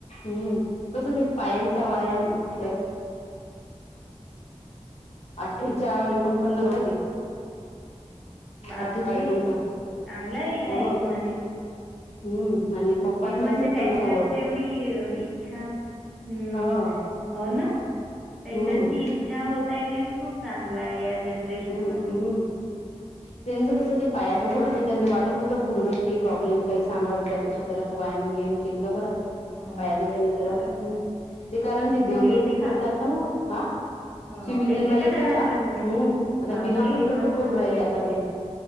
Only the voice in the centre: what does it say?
बापरे
चांगलाय या
एज म
मेन
म्हणजे त्यांच्यात
तेवढी इच्छा हम्म
हो ना त्यांच्यात
ती इच्छा होतय तेच खूप चांगला आहे जनरेशनमध्ये
हो
बरं
मग येते
का
हो
का त्यांना
स्विमिंग बापरे!
मस्त.